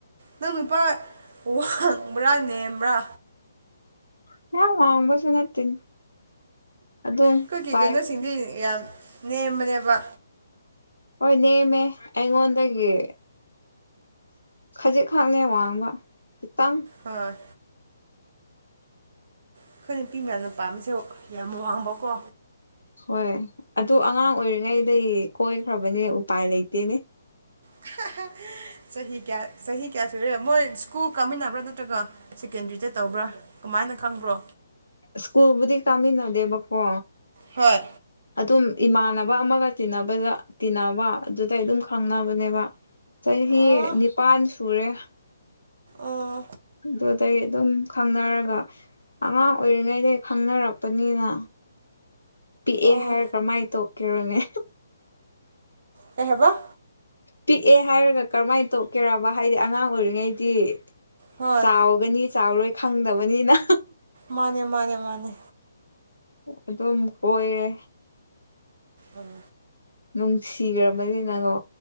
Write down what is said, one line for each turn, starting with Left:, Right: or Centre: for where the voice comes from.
Right: ꯅꯪ ꯅꯨꯄꯥ ꯋꯥꯡꯕ꯭ꯔꯥ ꯅꯦꯝꯕ꯭ꯔꯥ
Left: ꯄꯨꯔꯥ ꯋꯥꯡꯕꯁꯨ ꯅꯠꯇꯦ ꯑꯗꯨꯝ
Right: ꯑꯩꯈꯣꯏꯒꯤ
Left: ꯐꯥꯏꯚ
Right: ꯀꯩꯅꯣꯁꯤꯡꯗꯤ ꯌꯥꯝ ꯅꯦꯝꯕꯅꯦꯕ
Left: ꯍꯣꯏ ꯅꯦꯝꯃꯦ ꯑꯩꯉꯣꯟꯗꯒꯤ ꯈꯖꯤꯛꯈꯛꯅꯦ ꯋꯥꯡꯕ ꯈꯤꯇꯪ
Right: ꯍꯣꯏ ꯑꯩꯈꯣꯏ ꯅꯨꯄꯤ ꯃꯌꯥꯝꯅ ꯄꯥꯝꯕꯁꯨ ꯌꯥꯝ ꯋꯥꯡꯕꯀꯣ
Left: ꯍꯣꯏ ꯑꯗꯨ ꯑꯉꯥꯡ ꯑꯣꯏꯔꯤꯉꯩꯗꯩ ꯀꯣꯏꯈ꯭ꯔꯕꯅꯦ ꯎꯄꯥꯏ ꯂꯩꯇꯦꯅꯦ
Right: <unintelligible> ꯆꯍꯤ ꯀꯌꯥ ꯆꯍꯤ ꯀꯌꯥ ꯁꯨꯔꯦ ꯃꯣꯏ ꯁ꯭ꯀꯨꯜ ꯀꯥꯃꯤꯟꯅꯕ꯭ꯔꯥ ꯅꯠꯇ꯭ꯔꯒ ꯁꯦꯀꯦꯟꯗ꯭ꯔꯤꯗ ꯇꯧꯕ꯭ꯔꯥ ꯀꯃꯥꯏꯅ ꯈꯪꯕ꯭ꯔꯣ
Left: ꯁ꯭ꯀꯨꯜꯕꯨꯗꯤ ꯀꯥꯃꯤꯟꯅꯗꯦꯕꯀꯣ
Right: ꯍꯣꯏ
Left: ꯑꯗꯨꯝ ꯏꯃꯥꯟꯅꯕ ꯑꯃꯒ ꯇꯤꯟꯅꯕꯗ ꯇꯤꯟꯅꯕ ꯑꯗꯨꯗꯩ ꯑꯗꯨꯝ ꯈꯪꯅꯕꯅꯦꯕ ꯆꯍꯤ
Right: ꯑꯣ
Left: ꯅꯤꯄꯥꯟ ꯁꯨꯔꯦ
Right: ꯑꯣ
Left: ꯑꯗꯨꯗꯩ ꯑꯗꯨꯝ ꯈꯪꯅꯔꯒ ꯑꯉꯥꯡ ꯑꯣꯏꯔꯤꯉꯩꯗꯒꯤ ꯈꯪꯅꯔꯛꯄꯅꯤꯅ ꯄꯤꯛꯑꯦ
Right: ꯑꯣ
Left: ꯍꯥꯏꯔ ꯀꯃꯥꯏ ꯇꯣꯛꯀꯦꯔꯣꯅꯦ
Right: ꯀꯩ ꯍꯥꯏꯕ
Left: ꯄꯤꯛꯑꯦ ꯍꯥꯏꯔꯒ ꯀꯔꯝꯃꯥꯏ ꯇꯣꯛꯀꯦꯔꯕ ꯍꯥꯏꯗꯤ ꯑꯉꯥꯡ ꯑꯣꯏꯔꯤꯉꯩꯗꯤ
Right: ꯍꯣꯏ
Left: ꯆꯥꯎꯒꯅꯤ ꯆꯥꯎꯔꯣꯏ ꯈꯪꯗꯕꯅꯤꯅ
Right: ꯃꯥꯅꯦ ꯃꯥꯅꯦ ꯃꯥꯅꯦ
Left: ꯑꯗꯨꯝ ꯀꯣꯏꯔꯦ
Right: ꯎꯝ
Left: ꯅꯨꯡꯁꯤꯒ꯭ꯔꯕꯅꯤꯅꯀꯣ